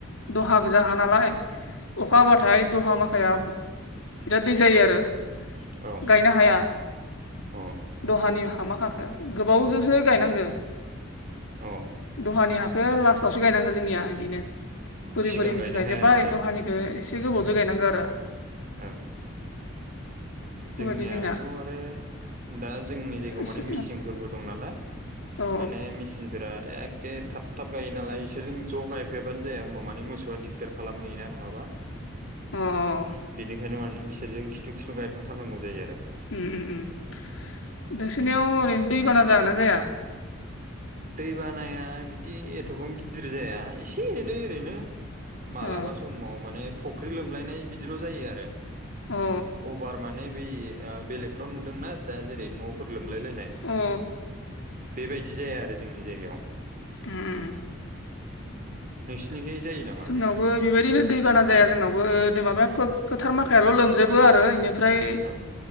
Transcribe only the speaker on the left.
दहा गोजा हा नालाय अखा हाबाथाय दहा माखाया बिराद दै जायो आरो।
गायनो हाया।
दहानि हा माखाखो गोबावजोंसो गायनांगो
दहानि हाख खो लास्टआवसो गायनांगो जोंनिया इदिनो बोरि
बोरिनिखो
गायजोब्बाय
दहानि‌ बे एसे गोबावजो गायनांगौ आरो।
बेफोरबायदि
जोंना
एसे
औ
औ
उम उम उम दोसिनियाव ओरैनो दैबाना जागोन ना जाया? <inaudible>
अ
अ
अ
उम
जोंनावबो
बेबायदिनो दैबाना जाया जोंनावबो दो माबाया फो-फोथार माखायाल लोमजोबो आरो। इनि फ्राय